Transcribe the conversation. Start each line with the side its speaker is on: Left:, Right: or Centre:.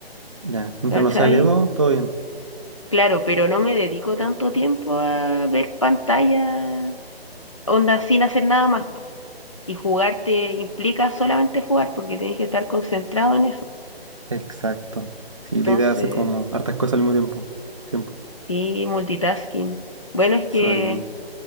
Right: Ya, mientras
Left: ¿cachai?
Right: no sea Ledo, todo bien.
Left: Claro, pero no me dedico tanto tiempo a ver pantalla, onda sin hacer nada más. po. Y jugar te implica solamente jugar porque tienes que estar concentrado en eso.
Right: Exacto. Sí,
Left: Entonces,
Right: la idea es hacer como hartas cosas al mismo tiempo. Siempre.
Left: sí, multitasking. Bueno, es que...
Right: Eso mismo.